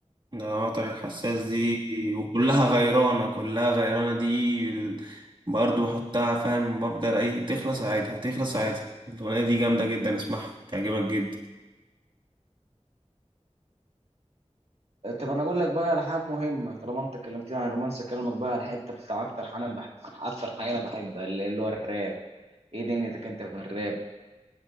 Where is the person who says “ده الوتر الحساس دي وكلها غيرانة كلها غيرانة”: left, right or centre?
Right